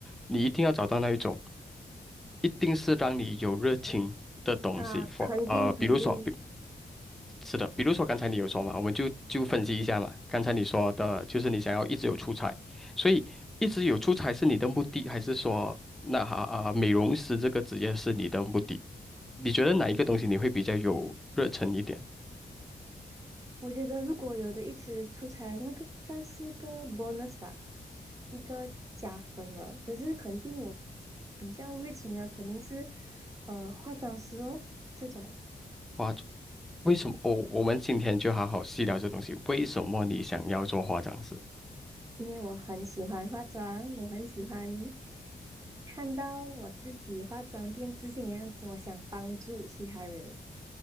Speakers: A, in the centre; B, on the right (about 20°).
A: 你一定要找到那一种，一定是让你有热情的东西。
B: 啊，
A: 或呃，
B: 肯定肯定，
A: 比如说，比是的，比如说刚才你有说嘛，我们就就分析一下嘛。刚才你说的就是你想要一直有出差，所以一直有出差是你的目的，还是说那哈啊、美容师这个职业是你的目的？你觉得哪一个东西你会比较有热忱一点？
B: 我觉得如果有的一直出差，那个算是个 bonus 吧，一个加分了。可是肯定我比较热情的肯定是呃化妆师哦这种。
A: 化妆，为什么？哦，我们今天就好好细聊这东西。为什么你想要做化妆师？
B: 因为我很喜欢化妆，我很喜欢看到我自己化妆变自信的样子，我想帮助其他人